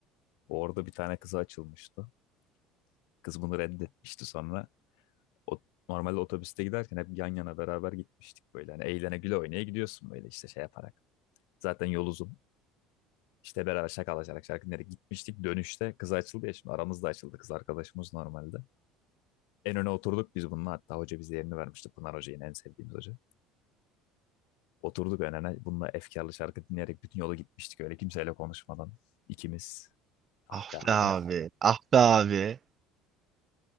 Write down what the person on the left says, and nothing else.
Orada bir tane kıza açılmıştı. Kız bunu reddetmişti sonra. O, normalde otobüste giderken hep yan yana beraber gitmiştik böyle. Hani eğlene güle oynaya gidiyorsun böyle işte şey yaparak. Zaten yol uzun. İşte beraber şakalaşarak şarkı dinleyerek gitmiştik. Dönüşte kız açıldı ya şimdi aramızda açıldı kız arkadaşımız normalde. En öne oturduk biz bununla hatta hoca bize yerini vermişti. Pınar Hoca yine en sevdiğimiz hoca. Oturduk en öne bununla efkarlı şarkı dinleyerek bütün yolu gitmiştik öyle kimseyle konuşmadan. ikimiz. Ah
be
abi.